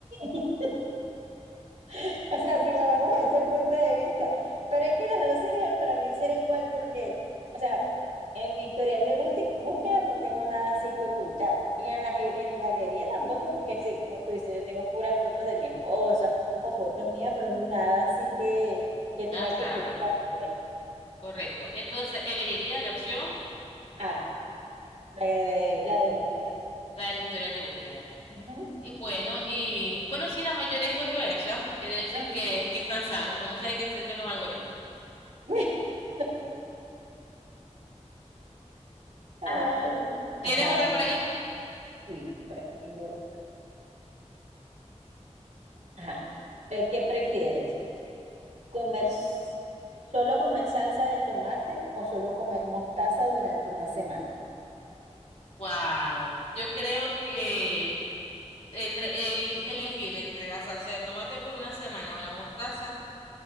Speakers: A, on the right; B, on the left.
A: dos. <laughs> O sea, si lo vemos desde ese punto de vista. Pero es que las dos serían para mí ser igual porque, o sea, en mi historial de bústi- búsqueda no tengo nada así que ocultar. Y en las y en galería tampoco, porque sí, como tú dices, yo tengo puras fotos de mi esposo o fotos mías, pero nada así que, que tenga
B: Ah, claro,
A: que ocultar. pues.
B: correcto. Entonces, elegirías la opción,
A: Ah, la de, la de búsqueda.
B: la del historial de búsqueda.
A: Ujú.
B: Y bueno, y bueno, sí, la mayoría escogió esa, quiere decir
A: Ah.
B: que, que están sanos. ¿Cómo se ve que existen los algoritmos?
A: <laughs> Ay,
B: Ah, ¿tienes
A: Ajá,
B: otra
A: vamos,
B: por allí?
A: sí, por aquí tengo otra. Ajá. Eh, ¿Qué prefieres? Comer, s- solo comer salsa de tomate o solo comer mostaza durante una semana.
B: Wow, yo creo que entre eli- elegir entre la salsa de tomate por una semana o la mostaza.